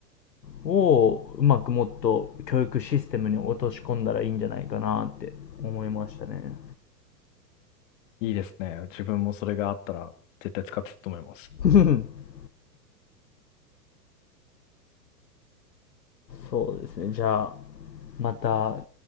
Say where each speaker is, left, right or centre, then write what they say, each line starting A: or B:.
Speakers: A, on the left; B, on the left.
A: を、うまくもっと教育システムに落とし込んだらいいんじゃないかなって思いましたね。
B: いいですね。自分もそれがあったら、絶対使ってたと思います。
A: <laughs> そうですね。じゃあ、また、